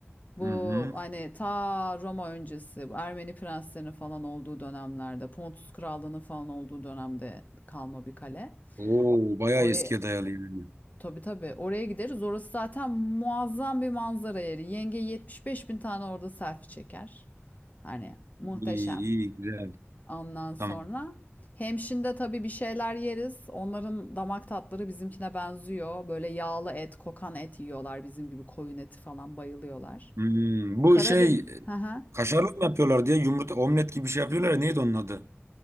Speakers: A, on the left; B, on the right.
A: Bu
B: Hı hı.
A: hani ta Roma öncesi bu Ermeni prenslerinin falan olduğu dönemlerde Pontus Krallığı'nın falan olduğu dönemde kalma bir kale.
B: Oo bayağı
A: Oraya
B: eskiye dayalı yani.
A: tabii tabii oraya gideriz. Orası zaten muazzam bir manzara yeri. Yenge 75 bin tane orada selfie çeker. Hani muhteşem.
B: İyi iyi güzel.
A: Ondan sonra
B: Tamam.
A: Hemşin'de tabii bir şeyler yeriz. Onların damak tatları bizimkine benziyor. Böyle yağlı et, kokan et yiyorlar bizim gibi koyun eti falan bayılıyorlar.
B: Hmm, bu
A: Karadeniz.
B: şey
A: Hı hı.
B: kaşarlı mı yapıyorlar diye yumurta omlet gibi bir şey yapıyorlar ya neydi onun adı?